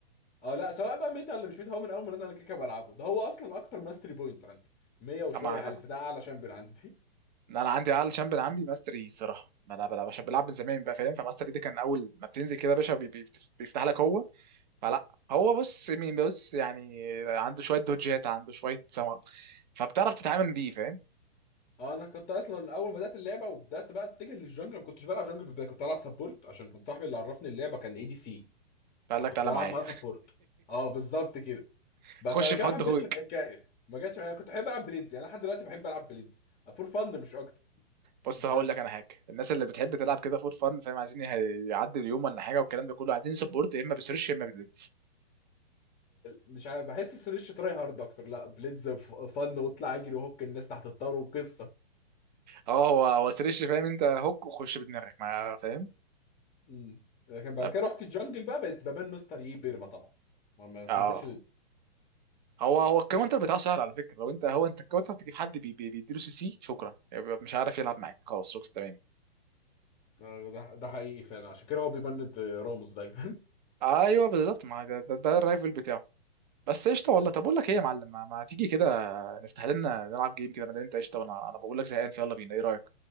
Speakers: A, on the left; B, on the right.
A: اه لا سواء بقى ميتا ولا مش ميتا هو من اول ما نزل انا كده كده بلعبه ده هو اصلا اكتر ماستري بوينتس عندي 100 وشويه
B: اما
A: الف ده اعلى شامبيون عندي <laughs>
B: إن انا عندي اعلى شامبيون عندي ماستري صراحه ما انا بلعب عشان بلعب من زمان بقى فاهم فماستري ده كان اول ما بتنزل كده يا باشا بي- بي- بيفتح لك هو فلا هو بص مين بص يعني عنده شويه دوجات عنده شويه فم... فبتعرف تتعامل بيه فاهم
A: اه انا كنت اصلا اول ما بدات اللعبه وبدات بقى اتجه للجنجل ما كنتش بلعب جنجل في البدايه كنت بلعب سبورت عشان كان صاحبي اللي عرفني اللعبه كان اي دي سي
B: فقال
A: فكنت
B: لك تعالى
A: بلعب
B: معايا
A: معاه سبورت اه بالظبط كده
B: <laughs>
A: بس
B: خش
A: انا كده
B: في حد
A: ما حبيتش
B: اخوك
A: الحكايه ما جاتش انا كنت بحب العب بليدز يعني انا لحد دلوقتي بحب العب بليدز فور فن مش اكتر
B: بص
A: مش
B: هقول لك انا حاجه الناس اللي بتحب تلعب كده فور فن فاهم عايزين يه- يعدي اليوم ولا حاجه والكلام ده كله عايزين سبورت يا اما بسرش يا اما بالليدز
A: مش عارف بحس سريش تراي هارد اكتر لا بليدز فن واطلع اجري وهوك الناس تحت الطار وقصه
B: اه هو هو سرش فاهم انت هوك وخش بدماغك ما فاهم
A: امم. لكن بعد
B: طب
A: كده رحت الجنجل بقى بقيت ببان مستر يي بيرما طبعا ما ما
B: اه
A: تنساش
B: هو هو الكاونتر بتاعه سهل على فكره لو انت هو انت الكاونتر تجيب حد بي- بي- بيديله سي سي شكرا يعني بيبقى مش عارف يلعب معاك خلاص شكرا تمام
A: آه، ده ده حقيقي فعلا عشان كده هو بيبند آه، راموس دايما
B: ايوه بالظبط ما ده, ده, ده الرايفل بتاعه بس قشطه والله
A: <laughs>
B: طب اقول لك ايه يا معلم ما, ما تيجي كده نفتح لنا نلعب جيم كده ما دام انت قشطه وانا انا بقول لك زهقان فيلا بينا ايه رايك